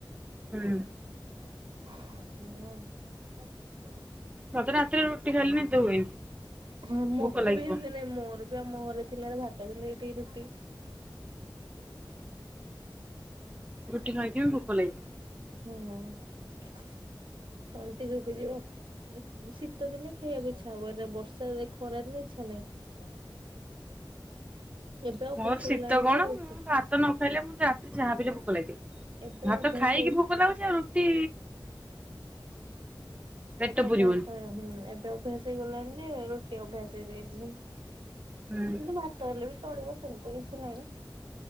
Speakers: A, on the right; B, on the right.
A: ହୁଁ
B: <unintelligible>
A: ସତରେ ରାତିରେ ରୁଟି ଖାଇଲେ ନିଦ ହୁଏନି।
B: ହଁ ମତେ
A: ଭୋକ ଲାଗିବ।
B: ବି କେମିତି ଦିନେ ମୋର ଆମ ଘରେ ଥିଲାର ଭାତ କିନ୍ତୁ ଏଇଠି ରୁଟି। <inaudible>
A: ରୁଟି ଖାଇକି ବି ଭୋକ ଲାଗିବ।
B: ହୁଁ <inaudible> ତଣ୍ଟି ଶୁଖିଯିବ। ଶୀତ ଦିନେ ଖାଇବାକୁ ଇଛା ହବ ଏ ବର୍ଷା ସେ ଖରା ଦିନ ଇଚ୍ଛା ନାହିଁ। ଏବେ ଅଭ୍ୟାସ
A: ମୋର ଶୀତ
B: ହେଇଗଲାଣି
A: କଣ
B: ଯେ ରୁଟି
A: ମୁଁ ଭାତ ନ ଖାଇଲେ ମୁଁ ଯା ଯାହା ବି ହେଲେ ଭୋକ ଲାଗେ।
B: ଏବେ
A: ଭାତ
B: ଅଭ୍ୟାସ
A: ଖାଇକି
B: ହେଇ
A: ଭୋକ ଲାଗୁଛି ଆଉ। ଟି
B: <inaudible>
A: ପେଟ
B: ଏବେ
A: ପୁରିବନି।
B: ଅଭ୍ୟାସ ହୁଁ ଏବେ ଅଭ୍ୟାସ ହେଇଗଲେ। ଯେ ରୁଟି ଅଭ୍ୟାସ ହେଇଯାଇଚି। କିନ୍ତୁ
A: ହୁଁ
B: ଭାତ ହେଲେ ବି ଚଳିବ ସେମିତି କିଛି ନାହିଁ। <inaudible>